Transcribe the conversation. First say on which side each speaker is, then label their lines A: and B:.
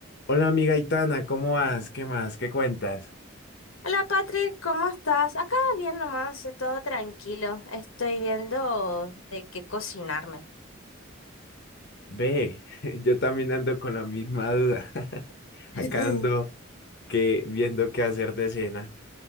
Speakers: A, on the left (about 55°); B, on the left (about 80°).
A: Hola amiga Itana, ¿cómo vas? ¿Qué más? ¿Qué cuentas?
B: Hola Patrick, ¿cómo estás? Acá bien nomás, eh, todo tranquilo. Estoy viendo de qué cocinarme.
A: Ve, <laughs> yo también ando con la misma duda. <laughs>
B: <laughs>
A: Acá ando que viendo qué hacer de cena.